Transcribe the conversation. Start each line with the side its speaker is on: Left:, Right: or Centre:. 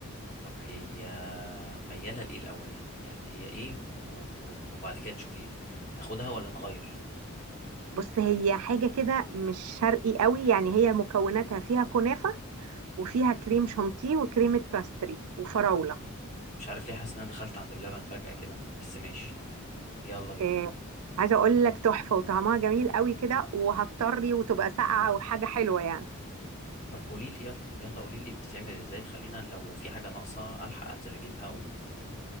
Left: طب هي ميالة لإيه الأول يعني هي هي إيه و... و... وبعد كده نشوف إيه ناخدها ولا نغير
Right: بص هي حاجة كده مش شرقي قوي يعني هي مكوناتها فيها كنافة وفيها كريم شانتيه وكريمة باستري وفراولة
Left: اه مش عارف ليه حاسس إن أنا دخلت عند بلبن فجأة كده بس ماشي يلا بينا
Right: آه، عايزه اقول لك تحفه وطعمها جميل قوي كده وهتطري وتبقى ساقعه وحاجه حلوه يعني
Left: طب قولي لي يلا يلا قولي لي بتتعمل إزاي خلينا لو في حاجة ناقصة ألحق أنزل أجيبها و...